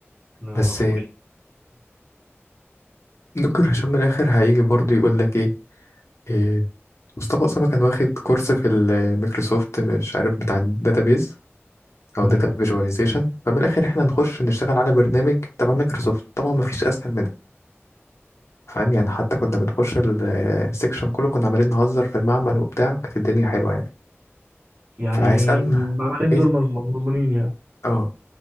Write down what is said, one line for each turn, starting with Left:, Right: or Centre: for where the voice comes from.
Right: لا
Left: بس
Right: ما اعرفوش
Left: دكتور هشام من الآخر هيجي برضو يقول لك إيه إيه، مصطفى أسامة كان واخد كورس في الميكروسوفت مش عارف بتاع الداتابيز أو
Right: امم
Left: داتا فيجواليزيشن فمن الآخر إحنا هنخش نشتغل على برنامج تبع ميكروسوفت طبعا مفيش أسهل منها فاهم يعني حتى كنا بنخش السكشن كله كنا عمالين نهزر في المعمل وبتاع وكانت الدنيا حلوة يعني
Right: يعني
Left: فهيسألنا
Right: المعملين
Left: عايز
Right: دول مض- مضمونين يعني
Left: اه